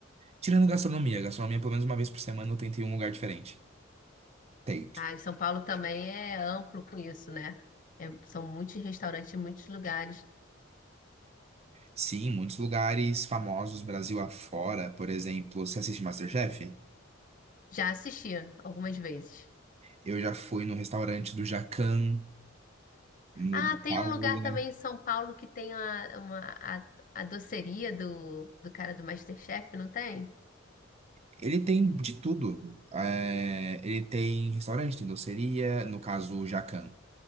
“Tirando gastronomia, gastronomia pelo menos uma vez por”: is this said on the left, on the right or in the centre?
Right